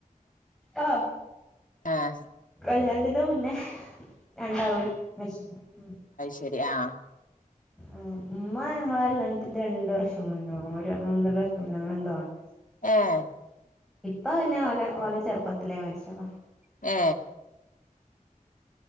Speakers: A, in the centre; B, on the left.
A: ആ
B: ആഹ്
A: കല്ല്യാണത്തിന്റെ മുന്നേ രണ്ടാളും മര്ച്ച്ക്ക്ണ് ഉം
B: ശരിയാ
A: ആ ഉമ്മ ഞങ്ങളെ കല്യാണത്തിന്റെ രണ്ടു വർഷം മുന്നേ ഒരു ഒന്നര വർഷം മുന്നേ അങ്ങനെന്തോണ്
B: ഏഹ്
A: ഇപ്പ പിന്നെ ഓല ഓല ചെറുപ്പത്തിലേ മരിച്ചതാ
B: ഏ